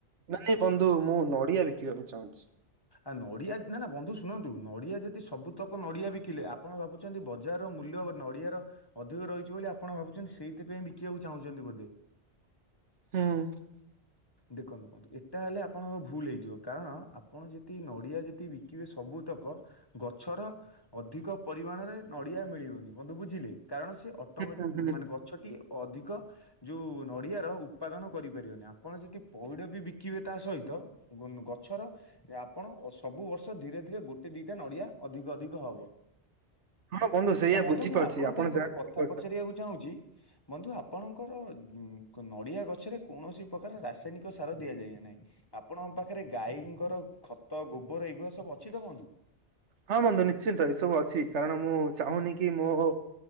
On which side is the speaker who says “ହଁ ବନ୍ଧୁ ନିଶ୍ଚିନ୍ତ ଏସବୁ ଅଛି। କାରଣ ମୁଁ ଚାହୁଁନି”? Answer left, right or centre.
Right